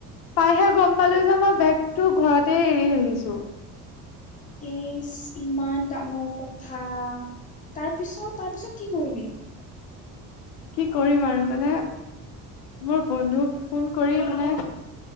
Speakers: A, on the left (about 85°); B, on the left (about 25°).
A: পাইহে গম পালো যে, মই বেগটো ঘৰতে এৰি আহিছো।
B: এচ ইমান ডাঙৰ কথা, তাৰ পিছত তাৰপিছত কি কৰিলি?
A: কি কৰিম আৰু মানে মোৰ বন্ধুক ফোন কৰি মানে।